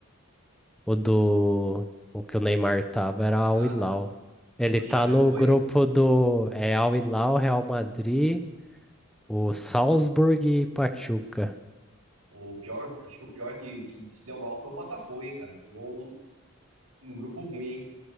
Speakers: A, in the centre; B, on the right.
A: O do. O que o Neymar tava era Al
B: A
A: Hilal.
B: nossa,
A: Ele
B: nossa
A: tá
B: chave
A: no
B: é boa,
A: grupo
B: hein?
A: do. É Al Hilal, Real Madrid, o Salzburg e Pachuca.
B: O pior, acho que o pior que, que se deu mal foi o Botafogo, hein, cara. Pegou um, um grupo ruim, hein?